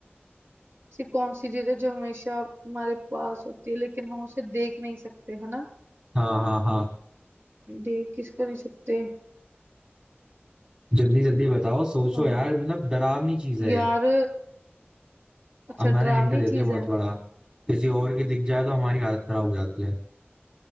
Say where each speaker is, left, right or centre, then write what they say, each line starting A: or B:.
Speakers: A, on the right; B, on the right.
A: ऐसी कौन सी चीज है जो हमेशा हमारे पास होती है लेकिन हम उसे देख नहीं सकते है ना
B: हाँ हाँ
A: देख किसको नहीं सकते
B: जल्दी जल्दी बताओ सोचो
A: आ,
B: यार मतलब डरावनी चीज है
A: यार अच्छा
B: अब मैंने
A: डरावनी
B: हिंट दे दिया
A: चीज
B: बहुत
A: है
B: बड़ा किसी और की दिख जाए तो हमारी हालत खराब हो जाती है